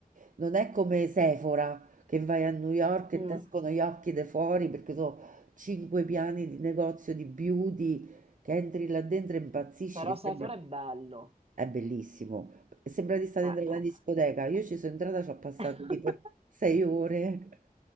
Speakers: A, on the right; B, on the right.
A: non è come Sephora che vai a New York
B: Mm.
A: e ti escono gli occhi da fuori perché sono cinque piani di negozio di beauty che entri là dentro e impazzisci,
B: Però
A: che
B: Sefor
A: sembra...
B: è bello.
A: È bellissimo. Sembra di stare
B: Eh,
A: dentro
B: eh.
A: la discoteca. Io ci sono entrata, ci ho passato
B: <laughs>
A: tipo sei ore.